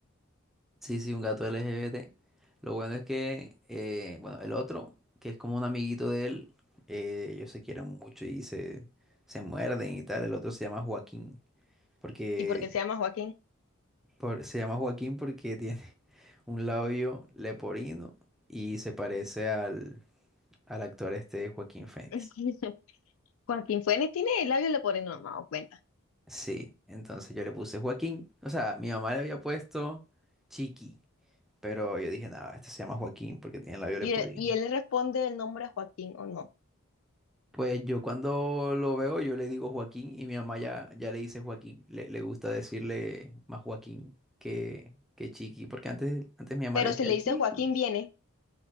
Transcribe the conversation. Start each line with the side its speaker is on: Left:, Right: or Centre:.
Centre: Sí, sí, un gato LGBT. Lo bueno es que, eh, bueno, el otro, que es como un amiguito de él, eh, ellos se quieren mucho y se, se muerden y tal. El otro se llama Joaquín, porque
Left: ¿Y por qué se llama Joaquín?
Centre: por- se llama Joaquín porque tiene <laughs> un labio leporino y se parece al, al actor este Joaquín Phoenix.
Left: <laughs> Joaquín Fuentes tiene el labio leporino, no me he dado cuenta.
Centre: Sí, entonces yo le puse Joaquín. O sea, mi mamá le había puesto Chiqui, pero yo dije, nada, este se llama Joaquín porque tiene labio leporino.
Left: Y él, y él le responde el nombre a Joaquín o no.
Centre: Pues yo cuando lo veo, yo le digo Joaquín y mi mamá ya, ya le dice Joaquín. Le, le gusta decirle más Joaquín que, que Chiqui, porque antes, antes mi mamá
Left: Pero
Centre: le decía
Left: si le dice
Centre: Chiqui.
Left: Joaquín viene